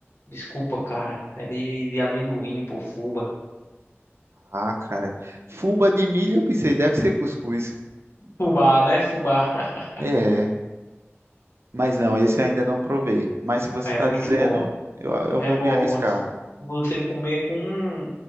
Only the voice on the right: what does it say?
Ah, cara. Fuba de milho, eu pensei, deve ser cuscuz.
É, mas não, esse ainda não provei. Mas se você
está
dizendo,
eu, eu
vou
me arriscar.